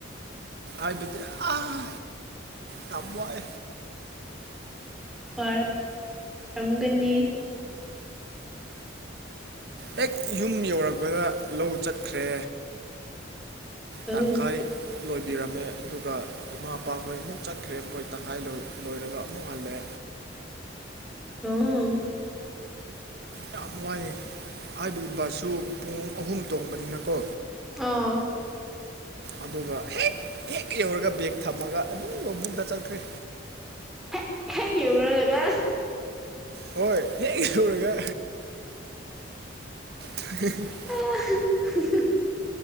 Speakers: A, on the right; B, in the centre.
A: ꯑꯗꯨꯗꯤ ꯑꯥ ꯌꯥꯝ ꯋꯥꯢ
B: ꯋꯥꯔꯝꯒꯅꯤ
A: ꯍꯦꯛ ꯌꯨꯝ ꯌꯧꯔꯛꯄꯗ ꯂꯧ ꯆꯠꯈ꯭ꯔꯦ
B: ꯑꯧ
A: ꯇꯪꯈꯥꯏ ꯂꯣꯏꯕꯤꯔꯝꯃꯦ ꯑꯗꯨꯒ ꯏꯃꯥ ꯏꯄꯥꯈꯣꯏ ꯑꯃꯨꯛ ꯆꯠꯈ꯭ꯔꯦ ꯃꯣꯏ ꯇꯪꯈꯥꯏ ꯂꯣꯏꯔꯒ ꯑꯃꯨꯛ ꯍꯜꯂꯦ
B: <unintelligible>
A: ꯌꯥꯝ ꯋꯥꯏꯌꯦ ꯍꯥꯏꯕꯗꯤ ꯕꯥꯁꯁꯨ ꯄꯨꯡ ꯑꯍꯨꯝ ꯇꯣꯡꯕꯅꯤꯅꯀꯣ
B: ꯑꯥ
A: ꯑꯗꯨꯒ ꯍꯦꯛ ꯍꯦꯛ ꯌꯧꯔꯒ ꯕꯦꯒ ꯊꯝꯃꯒ ꯑꯗꯨꯝ ꯂꯧꯕꯨꯛꯇ ꯆꯠꯈ꯭ꯔꯦ
B: ꯍꯦꯛ ꯍꯦꯛ ꯌꯧꯔꯂꯒ
A: ꯍꯣꯏ ꯍꯦꯛ ꯌꯧꯔꯒ <unintelligible>
B: <unintelligible>